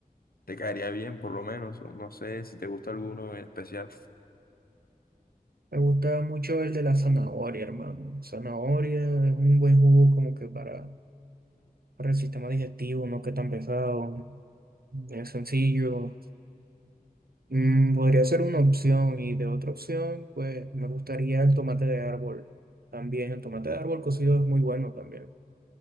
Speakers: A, on the left; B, on the right.
A: te caería bien, por lo menos? O no sé si te gusta alguno en especial.
B: Me gusta mucho el de la zanahoria, hermano. Zanahoria es un buen jugo como que para, para el sistema digestivo, no que tan pesado. Es sencillo, Mm, podría ser una opción y de otra opción, pues me gustaría el tomate de árbol. También el tomate de árbol cocido es muy bueno también,